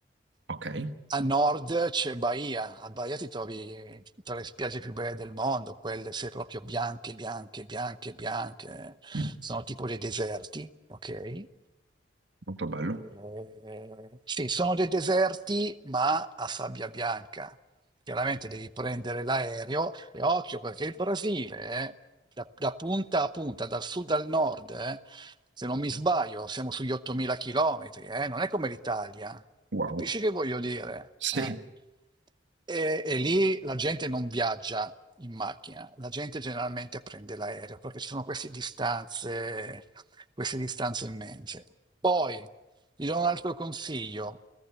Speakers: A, on the right (about 75°); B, on the right (about 25°).
A: Ok?
B: a nord c'è Bahia, a Bahia ti trovi tra le spiagge più belle del mondo, quelle se proprio bianche, bianche, bianche, bianche,
A: Mm,
B: sono tipo dei deserti, ok?
A: molto bello.
B: Eh, sì, sono dei deserti, ma a sabbia bianca. Chiaramente devi prendere l'aereo e occhio perché il Brasile, eh, da, da punta a punta, dal sud al nord, eh, se non mi sbaglio, siamo sugli 8.000 chilometri, eh, non è come l'Italia.
A: Wow.
B: Capisci che voglio dire?
A: Sì,
B: eh? E, e lì la gente non viaggia in macchina, la gente generalmente prende l'aereo perché ci sono queste distanze, queste distanze immense. Poi ti do un altro consiglio.